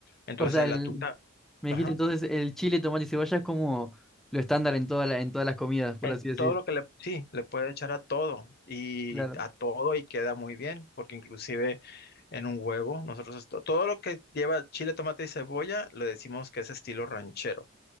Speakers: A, on the left; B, in the centre.
A: Entonces
B: O sea, el-
A: la tunta,
B: me
A: ajá,
B: dijiste entonces el chile, tomate y cebolla es como lo estándar en toda la- en todas las comidas, por
A: en
B: así decir.
A: todo lo que le, sí, le puede echar a todo y
B: Claro.
A: a todo y queda muy bien, porque inclusive en un huevo, nosotros esto- todo lo que lleva chile, tomate y cebolla, le decimos que es estilo ranchero.